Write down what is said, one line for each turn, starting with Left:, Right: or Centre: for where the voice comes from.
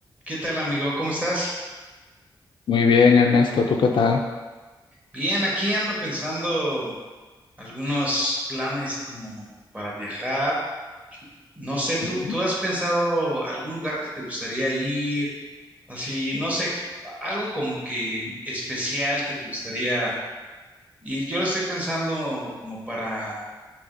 Right: ¿Qué tal, amigo? ¿Cómo estás?
Left: Muy bien, Ernesto, ¿tú qué tal?
Right: Bien, aquí ando pensando algunos planes como para viajar. No sé, ¿tú,
Left: Ujú.
Right: tú has pensado algún lugar que te gustaría ir? Así, no sé, algo como que especial que te gustaría ir. Yo lo estoy pensando como para,